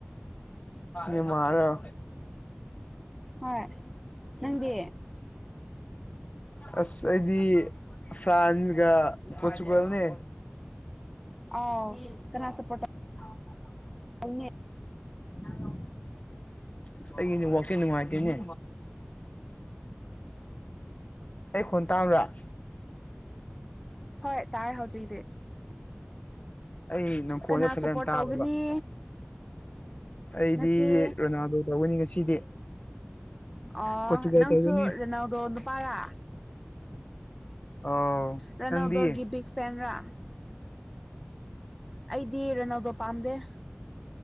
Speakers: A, on the left (about 35°); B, in the centre.
A: ꯃꯔꯣ
B: ꯍꯣꯏ ꯅꯪꯗꯤ
A: ꯑꯁ ꯑꯩꯗꯤ ꯐ꯭ꯔꯥꯟꯁꯒ ꯄꯣꯔꯆꯨꯒꯜꯅꯦ
B: ꯑ ꯀꯅꯥ ꯁꯄꯣ
A: ꯑ
B: ꯐꯉ
A: ꯍꯂ ꯑꯁ ꯑꯩꯒꯤꯅꯦ ꯋꯥꯛꯆꯦꯜ ꯅꯨꯡꯉꯥꯏꯇꯦꯅꯦ ꯑꯦ ꯈꯟ ꯇ ꯑꯃꯔ
B: ꯍꯣꯏ ꯇꯥꯏ ꯍꯧꯖꯣꯏꯗꯦ
A: ꯑꯩ ꯅꯪꯈꯣꯟꯗꯦ
B: ꯀꯅꯥ
A: ꯐꯖꯅ
B: ꯁꯞꯄꯣꯔꯠ
A: ꯇꯥꯗꯕ
B: ꯇꯧꯒꯅꯤ
A: ꯑꯩꯗꯤ
B: ꯉꯁꯤ
A: ꯔꯣꯅꯥꯜꯗꯣ ꯇꯧꯒꯅꯤ ꯉꯁꯤꯗꯤ
B: ꯑ
A: ꯄꯣꯔꯆꯨꯒꯜ
B: ꯅꯪꯁꯨ
A: ꯇꯧꯒꯅꯤ
B: ꯔꯦꯅꯥꯎꯗꯣ ꯅꯨꯄꯥꯔꯥ
A: ꯑꯧ
B: ꯔꯅꯥꯎꯗꯣꯒꯤ
A: ꯅꯪꯗꯤ
B: ꯒꯤꯕꯤꯒ ꯐꯦꯟ ꯔꯥ ꯑꯩꯗꯤ ꯔꯅꯥꯜꯗꯣ ꯄꯥꯝꯗꯦ